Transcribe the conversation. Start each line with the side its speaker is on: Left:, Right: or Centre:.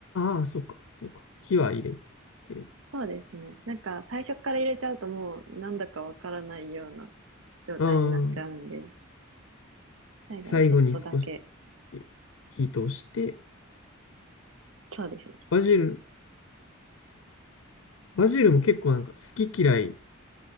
Left: ーあー、そうか、そうか。火は入れて。
Right: そうですね。なんか最初から入れちゃうともうなんだかわからないような状態になっちゃうんで、
Left: ああ、
Right: 最後にちょっとだけ。
Left: 最後に少しい火通して、
Right: そうですね。
Left: バジル、バジルも結構なんか好き嫌い、